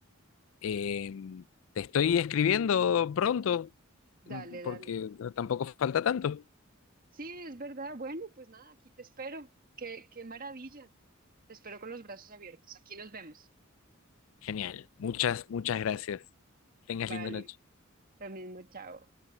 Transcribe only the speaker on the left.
Eh, te estoy escribiendo pronto, mm,
porque
tampoco falta tanto.
Genial, muchas, muchas gracias. Tengas
linda noche.